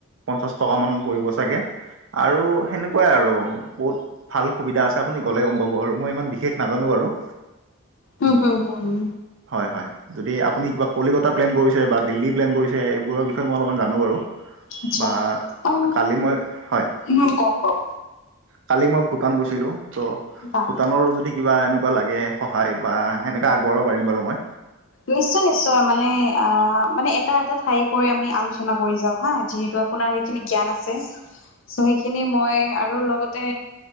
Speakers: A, on the right; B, on the left.
A: পঞ্চাশ টকা মান পৰিব চাগে। আৰু সেনেকুৱাই আৰু বহুত- ভাল সুবিধা আছে আপুনি গ'লে গম পাব আৰু মই ইমান বিশেষ নাজানো বাৰু।
B: উম হুম হু হুম।
A: হয় হয়, যদি আপুনি কিবা কলিকতা- প্লেন কৰিছে বা দিল্লী প্লেন কৰিছে এইবোৰৰ বিষয়ে মই অলমান জানো বাৰু।
B: আচ্ছা
A: বা
B: অ
A: কালি মই হয়।
B: উম কওক কওক
A: কালি মই ভূটান গৈছিলো ত'
B: বা
A: ভূটানৰ যদি কিবা এনেকুৱা লাগে- সহায় বা সেনেকে আগবঢ়াব পাৰিম বাৰু মই।
B: নিশ্চয় নিশ্চয়, মানে অঁ মানে এটা এটা ঠাই কৰি আমি আলোচনা কৰি যাও হা যিহেতু আপোনাৰেই- সেইখিনি জ্ঞান আছে।
A: <inaudible>
B: চৌ' সেইখিনি মই আৰু লগত- তে